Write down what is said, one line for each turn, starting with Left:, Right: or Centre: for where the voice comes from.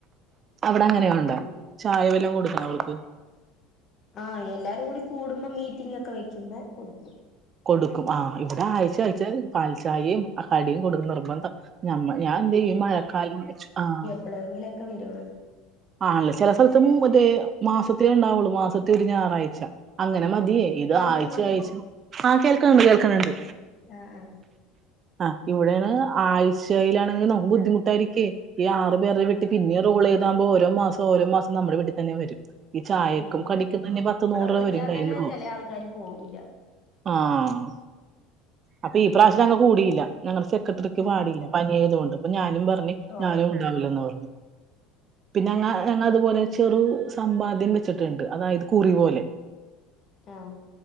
Right: അവിടെ അങ്ങനെയൊണ്ട?
Left: ഉം
Right: ചായ വല്ലൊം കൊടുക്കണ അവർക്ക്?
Left: ആഹ് എല്ലാരും കൂടി കൂടുമ്പോ മീറ്റിങൊക്കെ വെക്കുമ്പോ കൊടുക്കും.
Right: കൊടുക്കും. ആഹ്, ഇവിടെ ആഴ്ച്ച
Left: ഉം
Right: ആഴ്ച്ച പാൽചായേം കടിം കൊടുക്കും നിർബന്ധ. നമ്മ ഞാൻ ന്തെയ്യും ഈ മഴക്കാലം വെച്ച് ആഹ്
Left: എപ്പഴെങ്കിലൊക്കെ വരുള്ളൂ.
Right: ആണല്ലെ. ചെല സ്ഥലത്തും അതെ മാസത്തിലേ ഒണ്ടാവുള്ളൂ. മാസത്തെ ഒരു ഞായറാഴ്ച. അങ്ങനെ മത്യേ ഇത്
Left: കേൾക്കുന്നുണ്ടോ
Right: ആയ്ച്ച ആയ്ച്ച ആഹ് കേൾക്കന്ന്ണ്ട് കേൾക്കന്ന്ണ്ട്.
Left: ആഹ് ആഹ്
Right: ആഹ്, ഇവിടെണ് ആഴ്ചയിലാണ്. ‌ നമക്ക് ബുദ്ധിമുട്ടായിരിക്കെ. ഈ ആറ് പേര്ടെം വീട്ടി
Left: ആ
Right: പിന്നെ റോള് ചെയ്താവുമ്പോ ഓരോ മാസം ഓരോ മാസം നമ്മുടെ വീട്ടി തന്നെ വരും. ഈ ചായക്കും
Left: ഉം
Right: കടിക്കും തന്നെ പത്ത്
Left: ഇവിടെ
Right: നൂറ്
Left: വിളിച്ചാ
Right: രൂപ വരും കയ്യില്ന്ന്.
Left: തന്നെ ചെല ആൾക്കാര് പോവൂല്ല
Right: ആഹ് അപ്പ ഈ പ്രാവശ്യം ഞങ്ങ കൂടിയില്ല. ഞങ്ങളെ സെക്രട്ടറിക്ക്
Left: ഉം
Right: പാടില്ല പനിയായത് കൊണ്ട്. അപ്പൊ ഞാനും പറഞ്ഞ്
Left: ഓ
Right: ഞാനും ഉണ്ടാവില്ലെന്നു പറഞ്ഞു. പിന്നെ ഞങ്ങ ഞങ്ങ അതുപോലെ ചെറു സമ്പാദ്യം വെച്ചിട്ടുണ്ട് അതായത് കുറി പോലെ.
Left: ആഹ്